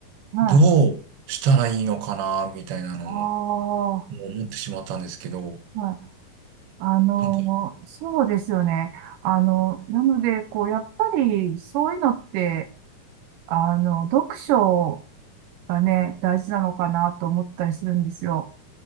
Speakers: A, on the right; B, on the right.
A: はい。
B: どうしたらいいのかな、みたいなのも、
A: ああ、は
B: もう思ってしまったんですけど、
A: い。あの、
B: なんか、
A: そうですよね。あの、なので、こう、やっぱり、そういうのって、あの、読書がね、大事なのかなと思ったりするんですよ。